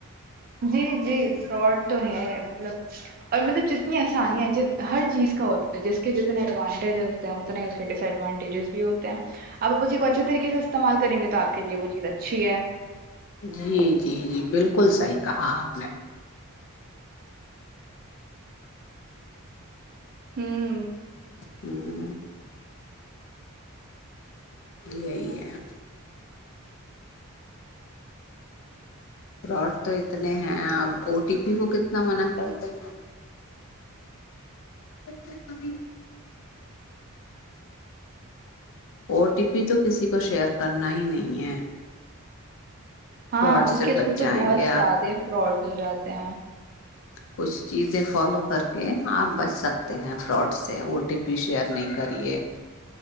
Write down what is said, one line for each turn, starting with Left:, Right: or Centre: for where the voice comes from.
Right: جی جی فراڈ تو ہیں مطلب اور مطلب جتنی اسانیاں جی ہر چیز کا ہوتا جس کے جتنے ایڈوانٹیجز ہوتے ہیں اتنے اس کے ڈس ایڈوانٹیجز بھی ہوتے ہیں اپ اسی کو اچھی طریقے سے استعمال کریں گے تو آپ کے لیے وہ چیز اچھی ہیں
Left: جی جی جی بالکل صحیح کہا آپ نے
Right: ہوں
Left: ہوں یہی ہیں فراڈ تو اتنے ہیں آپ او ٹی پی کو کتنا منع کرتے ہیں پ ابھی او ٹی پی تو کسی کو شیئر کرنا ہی نہیں ہیں
Right: ہاں
Left: فراڈ
Right: اس
Left: سے
Right: کے
Left: بچ
Right: تھرو تو
Left: جائیں
Right: بہت
Left: گے
Right: سادے
Left: آپ
Right: فراڈ ہو جاتے ہیں
Left: کچھ چیزیں فالو کر کے اپ بچ سکتے ہیں فراڈ سے او ٹی پی شیئر نہیں کریے